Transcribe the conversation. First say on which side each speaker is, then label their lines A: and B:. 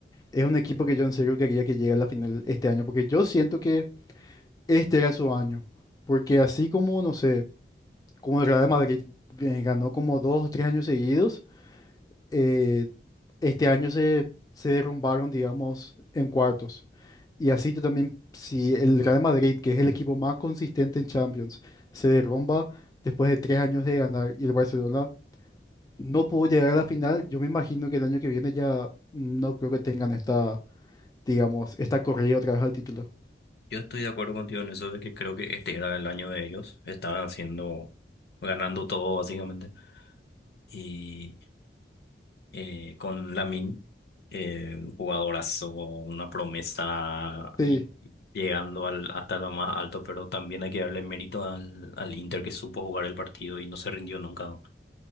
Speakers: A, on the left (about 20°); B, on the left (about 65°).
A: es un equipo que yo en serio quería que llegue a la final este año, porque yo siento que este era su año, porque así como, no sé, como el Real Madrid eh, ganó como dos o tres años seguidos, eh, este año se, se derrumbaron, digamos, en cuartos. Y así tú también, si el Real Madrid, que es el equipo más consistente en Champions, se derrumba después de tres años de ganar y el Barcelona no pudo llegar a la final, yo me imagino que el año que viene ya no creo que tengan esta, digamos, esta corrida otra vez al título.
B: Yo estoy de acuerdo contigo en eso de que creo que este era el año de ellos. Estaban haciendo, ganando todo básicamente. Y eh, con Lamine, eh, un jugadorazo, una promesa
A: Sí,
B: y llegando al, hasta lo más alto, pero también hay que darle mérito al, al Inter que supo jugar el partido y no se rindió nunca.